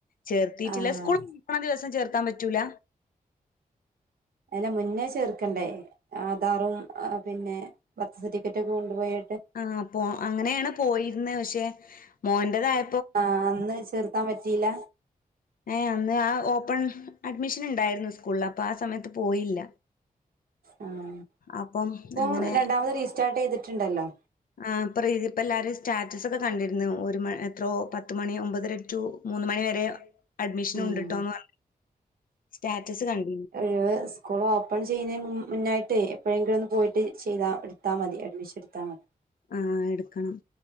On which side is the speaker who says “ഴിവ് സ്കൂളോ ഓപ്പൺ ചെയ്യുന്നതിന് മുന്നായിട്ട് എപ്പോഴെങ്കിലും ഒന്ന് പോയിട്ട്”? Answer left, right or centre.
Right